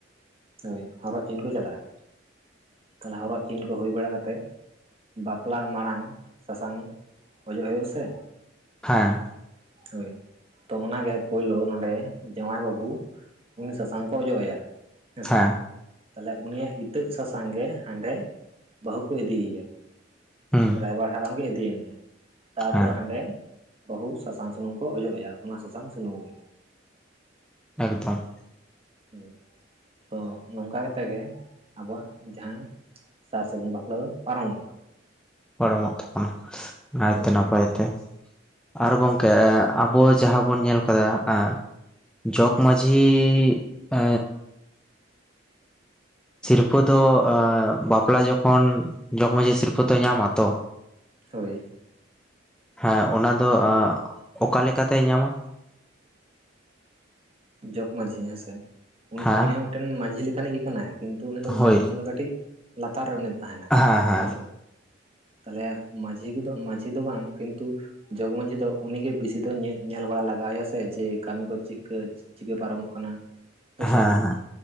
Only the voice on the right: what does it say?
ᱦᱳᱭ ᱦᱚᱨᱚᱜ ᱪᱤᱱ ᱠᱚ ᱪᱟᱞᱟᱜᱼᱟ᱾ ᱛᱟᱞᱦᱮ ᱦᱚᱨᱚᱜ ᱪᱤᱱ ᱠᱚ ᱦᱩᱭ ᱵᱟᱲᱟ ᱠᱟᱛᱮ ᱵᱟᱯᱞᱟ ᱢᱟᱲᱟᱝ ᱥᱟᱥᱟᱝ ᱚᱡᱚᱜ ᱦᱳᱭᱳᱜ- ᱟ ᱥᱮ
ᱦᱳᱭ ᱛᱚ ᱚᱱᱟᱜᱮ ᱯᱳᱭᱞᱳ ᱱᱚᱸᱰᱮ ᱡᱟᱶᱟᱭ ᱵᱟᱹᱵᱩ ᱩᱱᱤ ᱥᱟᱥᱟᱝ ᱠᱚ ᱚᱡᱚᱜ ᱟᱭᱟ ᱦᱮᱸᱥ᱾
ᱛᱟᱦᱞᱮ ᱩᱱᱤᱭᱟᱜ ᱤᱛᱟᱹᱜ ᱥᱟᱥᱟᱝ ᱜᱮ ᱦᱟᱸᱰᱮ ᱵᱟᱹᱦᱩ ᱠᱚ ᱤᱫᱤᱭᱟᱭᱟ
ᱨᱟᱭᱵᱟᱨ ᱦᱟᱲᱟᱢ ᱜᱮ ᱤᱫ ᱛᱟᱨᱯᱚᱨᱮ
ᱦᱟᱸᱰᱮ ᱵᱟᱹᱦᱩ ᱥᱟᱥᱟᱝ ᱥᱩᱱᱩᱢ ᱠᱚ ᱚᱡᱚᱜ ᱟᱭᱟ ᱚᱱᱟ ᱥᱟᱥᱟᱝ ᱥᱩᱱᱩᱢ ᱜᱮ
ᱦᱭ ᱛᱚ ᱱᱚᱝᱠᱟ ᱠᱟᱛᱮ ᱜᱮ ᱟᱵᱚᱣᱟᱜ ᱡᱟᱦᱟᱸ ᱥᱟᱨ ᱥᱟᱹᱜᱩᱱ ᱵᱟᱯᱞᱟ ᱫᱚ ᱯᱟᱨᱚᱢᱚᱜᱼᱟ᱾
ᱦᱳᱭ
ᱦᱳᱭ
ᱡᱚᱜᱽᱢᱟᱺᱡᱷᱤ ᱦᱮᱸᱥᱮ᱾
ᱩᱱᱤ ᱦᱚᱸ ᱢᱤᱫᱴᱮᱱ ᱢᱟᱺᱡᱷᱤ ᱞᱮᱠᱟᱱᱤᱡ ᱜᱮ ᱠᱟᱱᱟᱭ᱾ ᱠᱤᱱᱛᱩ ᱩᱱᱤ ᱫᱚ
ᱢᱟᱹᱡᱷᱤ ᱠᱷᱚᱱ ᱫᱚ ᱠᱟᱹᱴᱤᱡ ᱞᱟᱛᱟᱨ ᱨᱮ ᱩᱱᱤ ᱛᱟᱦᱮᱱᱟᱭ᱾
ᱦᱳᱭᱥᱮ ᱛᱟᱦᱚᱞᱮ ᱢᱟᱺᱡᱷᱤ ᱫᱚ ᱢᱟᱡᱷᱤ ᱫᱚ ᱵᱟᱝ ᱠᱤᱱᱛᱩ ᱡᱚᱜᱽ ᱢᱟᱺᱡᱷᱤ ᱫᱚ ᱩᱱᱤᱜᱮ ᱵᱮᱥᱤ ᱫᱚ ᱧᱮᱞ ᱧᱮᱞ ᱵᱟᱲᱟ ᱞᱟᱠ ᱨᱟᱭᱟᱥᱮ ᱡᱮ ᱠᱟᱹᱢᱤ ᱠᱚ ᱪᱤᱠᱟ. ᱪᱤᱠᱟᱹ ᱯᱟᱨᱚᱢᱚᱜ ᱠᱟᱱᱟ ᱦᱳᱭᱥᱮ